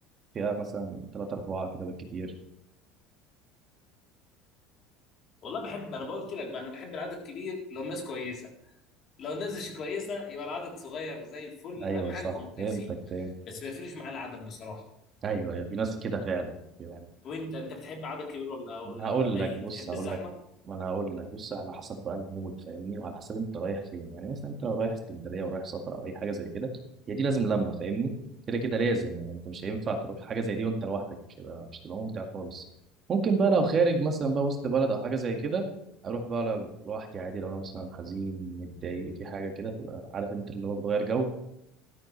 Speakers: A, on the right; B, on the left.
A: فئة مثلا ثلاثة أربعة كده بالكتير
B: والله بحب انا بقول لك بقى انا بحب العدد كبير لو الناس كويسه لو الناس مش كويسه يبقى العدد صغير زي الفل
A: ايوه
B: اهم حاجه
A: صح
B: يكونوا كويسين
A: فهمتك فهمت
B: بس ما يفرقش معايا العدد بصراحه
A: ايوه ايوه في ناس كده فعلا يعني
B: وانت انت بتحب عدد كبير ولا ولا
A: انا هقول
B: ولا قليل
A: لك بص
B: بتحب
A: هقول
B: الزحمه
A: لك ما انا هقول لك بص على حسب بقى المود فاهمني وعلى حسب انت رايح فين يعني مثلا انت لو رايح اسكندريه ورايح سفر او اي حاجه زي كده هي دي لازم لمه فاهمني كده كده لازم يعني انت مش هينفع تروح حاجه زي دي وانت لوحدك مش هيبقى مش تبقى ممتع خالص ممكن بقى لو خارج مثلا بقى وسط بلد او حاجه زي كده اروح بقى ل- لوحدي عادي لو انا مثلا حزين متضايق في حاجه كده تبقى عارف انت اللي هو بتغير جو